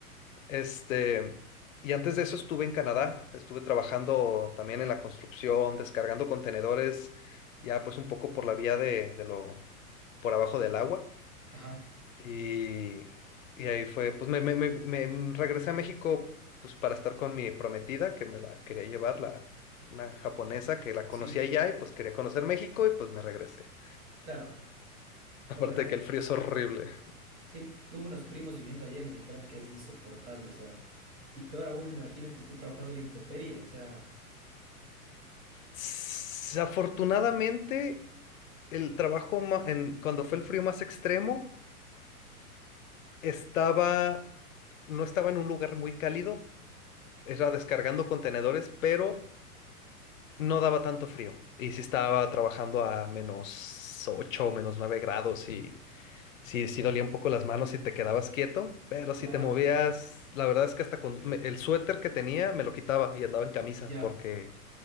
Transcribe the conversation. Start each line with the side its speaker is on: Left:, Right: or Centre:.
Left: Este, y antes de eso estuve en Canadá. Estuve trabajando también en la construcción, descargando contenedores, ya pues un poco por la vía de, de lo, por abajo del agua.
Right: ajá,
Left: Y, y ahí fue, pues me, me, me, me regresé a México pues para estar con mi prometida, que me la quería llevar, la, una japonesa que la conocía
Right: sí,
Left: allá y pues quería conocer México y pues me regresé.
Right: claro,
Left: Aparte
Right: qué bueno.
Left: de que el frío es horrible.
Right: Sí, tuve unos primos viviendo allá y me dijeron que es insoportable, o sea, y peor aún, me imagino que tú trabajas a la intemperie, o sea,
Left: S- Afortunadamente, el trabajo ma- en, cuando fue el frío más extremo, estaba, no estaba en un lugar muy cálido, era descargando contenedores, pero no daba tanto frío. Y sí estaba trabajando a menos 8, menos 9 grados y sí, sí dolía un poco las manos si te quedabas quieto, pero
Right: claro,
Left: si te movías, la verdad es que hasta con me- el suéter que tenía me lo quitaba y andaba en camisa
Right: ya,
Left: porque